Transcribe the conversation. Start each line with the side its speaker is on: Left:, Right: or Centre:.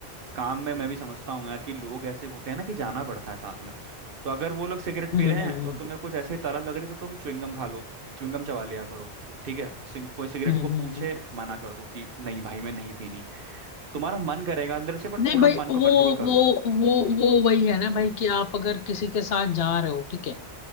Right: काम में मैं भी समझता हूँ यार कि लोग ऐसे होते हैं ना कि जाना पड़ता है साथ में तो अगर वो लोग सिगरेट
Left: हम्म
Right: पी रहे
Left: हम्म
Right: हैं और तुम्हें कुछ ऐसे ही तलब लग रही है तो तुम च्युइंगम खा लो च्युइंगम चबा लिया करो ठीक है सिग- कोई सिगरेट
Left: हम्म
Right: को
Left: हम्म,
Right: पूछे
Left: हम्म।
Right: मना कर दो कि नहीं भाई मैं नहीं पीनी तुम्हारा मन करेगा अंदर से बट
Left: नहीं
Right: थोड़ा
Left: भाई
Right: मन
Left: वो
Right: को कंट्रोल करो
Left: वो वो वो वही है ना भाई कि आप अगर किसी के साथ जा रहे हो ठीक है